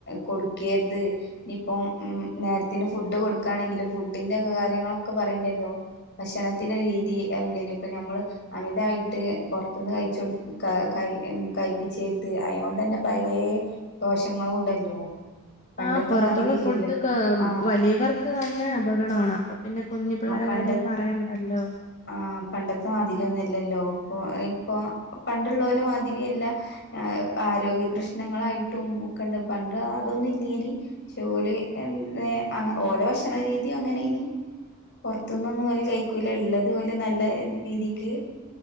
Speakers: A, on the left; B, on the left.
A: കൊടുക്കരുത് ഇനിയിപ്പം ഉ നേരത്തിന് ഫുഡ് കൊടു ക്കാണെങ്കിൽ ഫുഡിന്റെക്കെ കാര്യങ്ങളൊക്കെ പറയണ്ടല്ലോ ഭക്ഷണത്തിന്റെ രീതി എന്ത ഇപ്പ നഞമ്മള് അമിതായിട്ട് പുറത്തുന്ന് കഴിച്ച കൊടു ക ഉ കഴപ്പിച്ചരുത് അയുകൊണ്ട് തന്നെ പല ദോഷങ്ങള ഉണ്ടല്ലോ പണ്ടത്തെ
B: ആ് പുറത്തുള്ള
A: മാതിരില്ലല്ലോ
B: ഫുഡ് ക്
A: ആ
B: വലിയവർക്ക് തന്നെ അപകടമാണ് അപ്പൊ പിന്നെ കുഞ്ഞു പിള്ളേ
A: പണ്ട
B: കാര്യം പറയണ്ടല്ലോ
A: ആ പണ്ടത്തെ മാതിരി ഒന്നുംല്ലല്ലോ ഇപ്പൊ ഇപ്പൊ പണ്ടുള്ള ഓലെ മാതിരിയല്ല ആ ആരോഗ്യ പ്രശ്നങ്ങളായിട്ടും ഒക്കെണ്ട് പണ്ട് അതൊന്നും ഇല്ലേനി ജോലി എ ഓലോ ഭക്ഷണരീതിയും അങ്ങനെ ഇനി പുറത്തന്നൊന്നുംല കഴിക്കൂല ഉള്ളത് അതുപോലെ നല്ല രീതിക്ക്